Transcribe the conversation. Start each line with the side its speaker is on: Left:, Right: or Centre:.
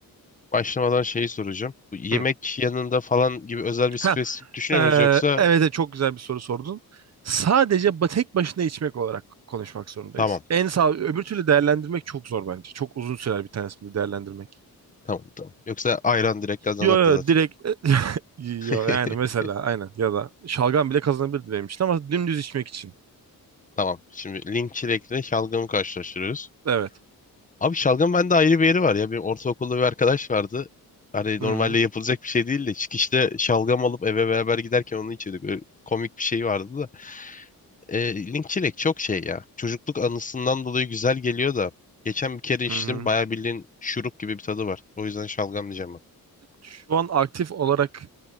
Left: Başlamadan şeyi soracağım. Bu yemek
Right: Hı.
Left: yanında falan gibi özel bir spesifik
Right: Ha,
Left: düşünüyor
Right: e, evet
Left: muyuz yoksa
Right: evet, çok güzel bir soru sordun. Sadece ba- tek başına içmek olarak konuşmak zorundayız.
Left: tamam
Right: En sağ öbür türlü değerlendirmek çok zor bence. Çok uzun sürer bir tanesini değerlendirmek.
Left: tamam tamam. Yoksa ayran direkt kazanırdı
Right: Yo yo
Left: zaten.
Right: direkt <laughs> yo
Left: <laughs>
Right: yani mesela aynen ya da şalgam bile kazanabilirdi benim için ama dümdüz içmek için.
Left: Tamam. Şimdi link çilekle şalgamı karşılaştırıyoruz.
Right: Evet.
Left: Abi şalgam bende ayrı bir yeri var ya. Benim ortaokulda bir arkadaş vardı. Hani
Right: Hı
Left: normalde
Right: hı.
Left: yapılacak bir şey değil de çıkışta şalgam alıp eve beraber giderken onu içiyorduk. Öyle komik bir şey vardı E, linkçilik çok şey ya. Çocukluk anısından dolayı güzel geliyor da. Geçen bir kere
Right: Hı
Left: içtim.
Right: hı.
Left: Bayağı bildiğin şurup gibi bir tadı var. O yüzden şalgam diyeceğim ben.
Right: Şu an aktif olarak